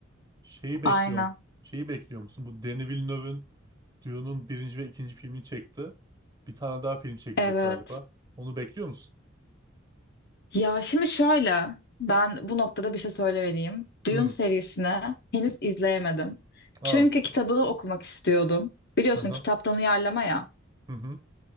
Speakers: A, on the right (about 20°); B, on the left (about 55°).
A: Şeyi bekliyorum.
B: Aynen.
A: Şeyi bekliyor musun? Bu Denis Villeneuve'ın Dune'un birinci ve ikinci filmini çekti. Bir tane daha film çekecek
B: Evet.
A: galiba. Onu bekliyor musun?
B: Ya şimdi şöyle. Ben bu noktada bir şey söylemeliyim. Dune
A: Hmm.
B: serisini henüz izleyemedim.
A: Aa.
B: Çünkü kitabını okumak istiyordum. Biliyorsun
A: aha
B: kitaptan uyarlama ya.
A: hı. Hı <laughs>